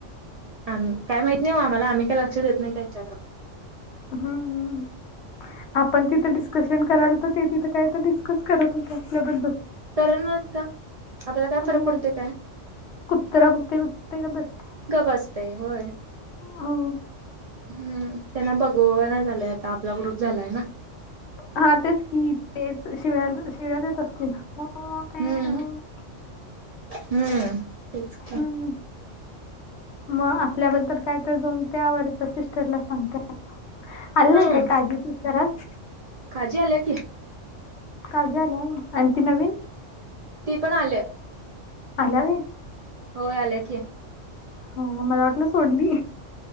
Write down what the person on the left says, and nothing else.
हम्म आपण तिथं डिस्कस तेन करायला तर ते तिथं काय तर डिस्कस करत होते आपल्याबद्दल.
अं,
कुत्रा भूकतय भूकतय गप्प बसते
हो.
हा तेच की तेच शिव्याल शिव्या देत असतील. हो, ते,
हो.
हम्म. मग आपल्याबद्दल काय तर जाऊन त्यावरच्या सिस्टरला सांगत्यात. आली
नाही का‌य काजी सिस्टर आज?
काजी आल्या होय आणि ती नवीन?
आल्या होय?
हा मला वाटलं सोडली.